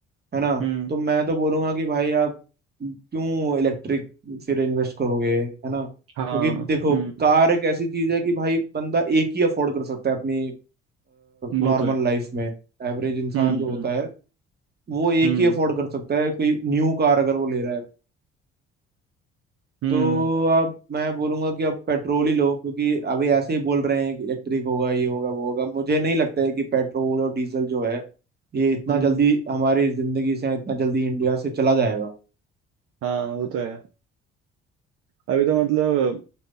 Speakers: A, on the right (about 30°); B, on the right (about 45°).
A: है ना
B: हम्म
A: तो मैं तो बोलूंगा कि भाई आप क्यों इलेक्ट्रिक फिर इन्वेस्ट करोगे है ना क्योंकि
B: हाँ
A: देखो
B: हम्म
A: कार एक ऐसी चीज है कि भाई बंदा एक ही अफोर्ड कर सकता है अपनी
B: वो
A: नॉर्मल
B: तो है
A: लाइफ में एवरेज इंसान
B: हम्म
A: जो होता
B: हम्म
A: है वो एक
B: हम्म
A: ही अफोर्ड कर सकता है कोई न्यू कार अगर वो ले रहा है
B: हम्म
A: तो आप मैं बोलूंगा कि आप पेट्रोल ही लो क्योंकि अभी ऐसे ही बोल रहे हैं कि इलेक्ट्रिक होगा ये होगा वो होगा मुझे नहीं लगता है कि पेट्रोल और डीजल जो है ये इतना
B: हम्म
A: जल्दी हमारी जिंदगी से इतना जल्दी इंडिया से चला जाएगा
B: हाँ वो तो है अभी तो मतलब